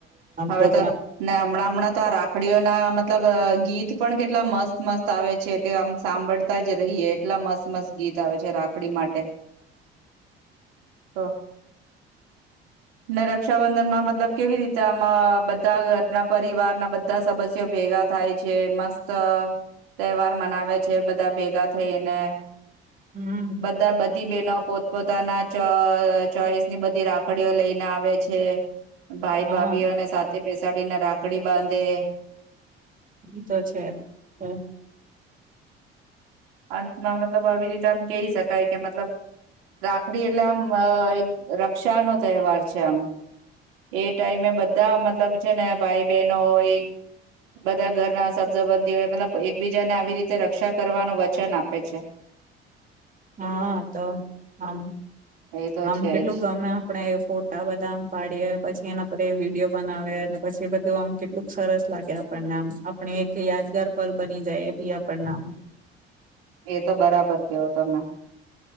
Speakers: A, on the right; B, on the right.
A: હવે
B: પ્રોગ્રામ
A: તો ને હમણાં હમણાં તો આ રાખ રાખડીઓ ના મતલબ ગીત પણ કેટલા મસ્ત મસ્ત આવે છે કે આમ સાંભળતા જ રહીએ એટલા મસ્ત મસ્ત ગીત આવે છે રાખડી માટે તો ને રક્ષાબંધન માં મતલબ કેવી રીતે આમ બધા ઘરના પરિવારના બધા સદસ્યો ભેગા થાય છે મસ્ત તહેવાર મનાવે છે બધા ભેગા થઈને
B: હમ્મ.
A: બધા બધી બહેનો પોતપોતાના ચ ચોઈસની બધી રાખડીઓ લઈને આવે છે. છે. ભાઈ
B: હા
A: ભાભીઓને સાથે બેસાડીને રાખડી બાંધે.
B: ઈ તો છે હમ્મ.
A: અંતમાં મતલબ આવી રીતે આમ કેય શકાય કે મતલબ રાખડી એટલે આમ અ એક રક્ષાનો તહેવાર છે આમ એ ટાઈમે બધા મતલબ છે ને ભાઈ બહેનો હોય બધા ઘરના સબ સંબંધી હોય મતલબ એકબીજા ને આવી રીતે રક્ષા કરવાનું વ ચન આપે છે.
B: હા તો આમ
A: એ તો
B: આમ
A: છે
B: કેટલું
A: જ
B: ગમે આપણેે ફોટા બધા આમ પાડીએ પછી એના પર એ વિડીયો બનાવે અને પછી બધું આમ કેટલુંક સરસ લાગે આપણને આમ આપણે એક યાદગાર પલ બની જાય એ બી આપણને આમ
A: એ તો બરાબર કેવો તમે.